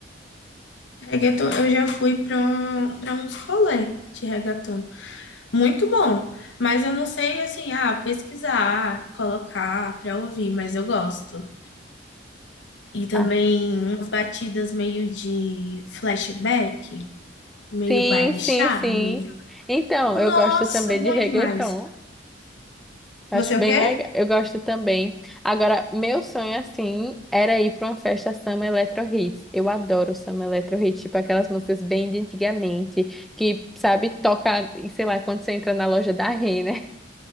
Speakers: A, on the left; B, in the centre.
A: Reggaeton, eu já fui para para uns rolê de reggaeton. Muito bom. Mas eu não sei, assim, ah, pesquisar, colocar para ouvir, mas eu gosto. E também
B: Ah,
A: umas batidas meio de flashback, meio
B: sim,
A: baile
B: sim,
A: charme.
B: sim. Então,
A: Nossa,
B: eu gosto também
A: bom
B: de reggaeton.
A: demais.
B: Acho
A: Você o
B: bem
A: quê?
B: legal. Eu gosto também. Agora, meu sonho, assim, era ir para uma festa Samba Electro Hits. Eu adoro Samba Electro Hits, tipo aquelas músicas bem de antigamente, que, sabe, toca, sei lá, quando você entra na loja da Renner.